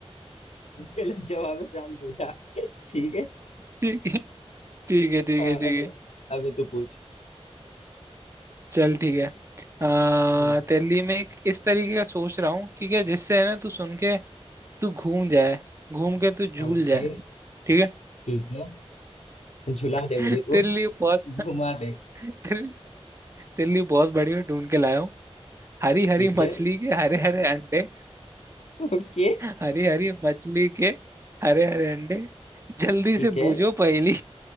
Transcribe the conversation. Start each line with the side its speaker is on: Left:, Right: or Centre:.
Left: गलत जवाब है शांत हो जा ठीक है
Right: ठीक है ठीक है ठीक
Left: हाँ,
Right: है ठीक
Left: अभी
Right: है
Left: अभी तू पूछ
Right: चल ठीक है आ,
Left: हम्म
Right: तेरे लिए मैं एक इस तरीके का सोच रहा हूँ कि क्या जिससे है ना तू सुन के तू घूम जाए घूम के तू झूल
Left: ओके
Right: जाए ठीक है
Left: ठीक है झुला
Right: <laughs>
Left: दे मुझे तू
Right: तेरे
Left: घुमा
Right: लिए बहुत
Left: दे
Right: तेरे, तेरे लिए बहुत बढ़िया ढूंढ के लाया हूँ हरी हरी
Left: ठीक
Right: मछली
Left: है
Right: के हरे हरे अंडे
Left: ओके
Right: हरी हरी मछली के हरे हरे अंडे जल्दी
Left: ठीक
Right: से
Left: है
Right: बूझो पहेली